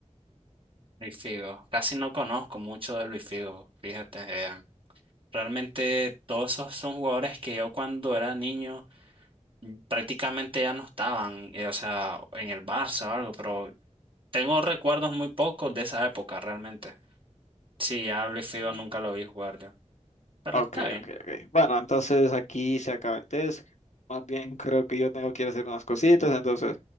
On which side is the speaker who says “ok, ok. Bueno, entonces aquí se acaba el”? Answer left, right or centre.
Left